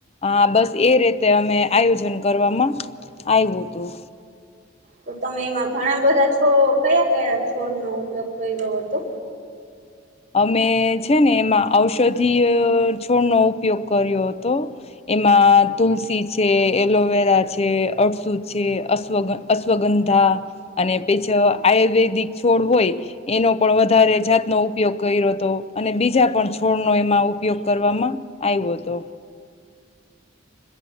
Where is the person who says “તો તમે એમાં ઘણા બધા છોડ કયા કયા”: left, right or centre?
Right